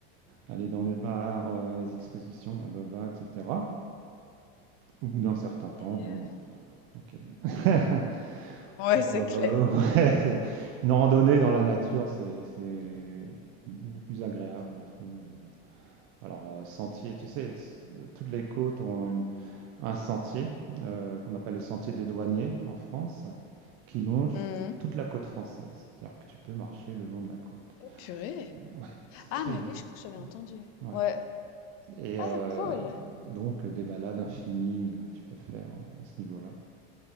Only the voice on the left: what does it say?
Et
heu
Ouais,
c'est clair.
Mmh
Purée.
Ah
mais
oui, je crois que j'avais entendu.
Ouais.
Ah
cool.